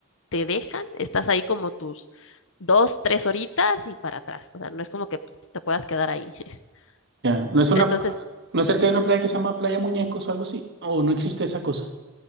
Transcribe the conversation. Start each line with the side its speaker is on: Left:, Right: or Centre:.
Left: te dejan, estás ahí como tus dos, tres horitas y para atrás. O sea, no es como que te puedas quedar ahí. <laughs>
Right: ya. ¿No es una,
Left: Entonces,
Right: no es cerca de una playa que se llama Playa Muñecos o algo así? ¿O no existe esa cosa?